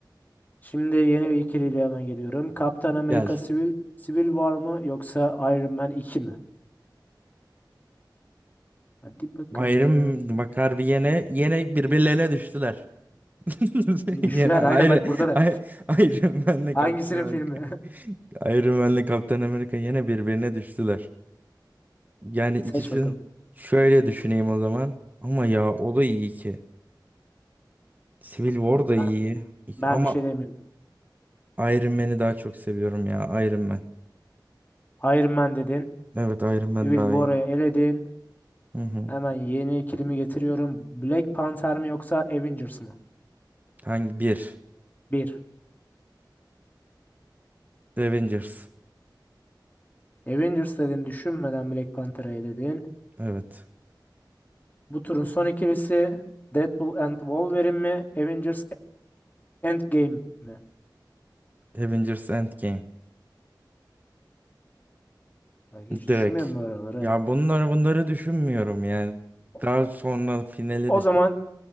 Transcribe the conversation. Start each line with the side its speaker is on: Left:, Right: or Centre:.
Left: Şimdi yeni bir ikiliyle hemen geliyorum. Kaptan Amerika
Right: Gel.
Left: Civil, Civil War mı yoksa Iron Man iki mi? Hadi bakalım.
Right: Ayrım bakar bir yene yine birbirlerine düştüler. <laughs> Yine
Left: Düştüler.
Right: ayrı
Left: Aynen bak burada da.
Right: ay, Iron Man'le
Left: Hangisinin
Right: Kaptan Amerika.
Left: filmi?
Right: Iron Man'le Kaptan Amerika yine birbirine düştüler. Yani ikisini
Left: <laughs> Seç bakalım.
Right: şöyle düşüneyim o zaman. Ama ya o da iyi ki. Civil War
Left: Hı,
Right: da iyi.
Left: Ben, ben
Right: Ama
Left: bir şey demiyorum.
Right: Iron Man'i daha çok seviyorum ya. Iron Man.
Left: Iron Man dedin.
Right: Evet Iron Man
Left: Civil
Right: daha
Left: War'ı
Right: iyi.
Left: eledin.
Right: Hı hı.
Left: Hemen yeni ikilimi getiriyorum. Black Panther mi yoksa Avengers mı?
Right: Hangi bir?
Left: Bir.
Right: Avengers.
Left: Avengers dedin. Düşünmeden Black Panther'ı eledin.
Right: Evet.
Left: Bu turun son ikilisi Deadpool and Wolverine mi? Avengers Endgame mi?
Right: Avengers Endgame.
Left: Bak hiç
Right: Direkt.
Left: düşünmüyorum böyle onları.
Right: Ya
Left: ha.
Right: bunları bunları düşünmüyorum yani.
Left: O
Right: Daha sonra finali
Left: o
Right: düşün.
Left: zaman